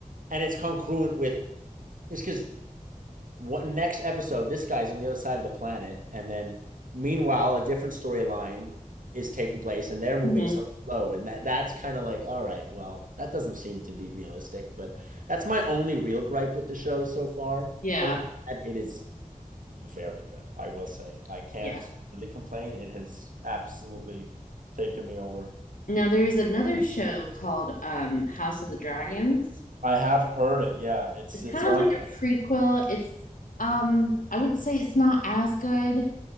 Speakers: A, on the right (about 75°); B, on the left (about 75°).
A: and it's congruent with it's because what next episode, this guy's on the other side of the planet, and then meanwhile, a different storyline is taking place, and they're moving
B: Mhm.
A: so slow, and that that's kind of like, all right, well, that doesn't seem to be realistic, but that's my only real gripe with the show so far.
B: Yeah.
A: Other than that, it is very good, I will say. I can't
B: Yeah.
A: really complain. It has absolutely taken me over.
B: Now there's another show called um House of the Dragons.
A: I have heard it. Yeah, it's
B: It's
A: it's
B: kind
A: on
B: of like a prequel. It's um I would say it's not as good.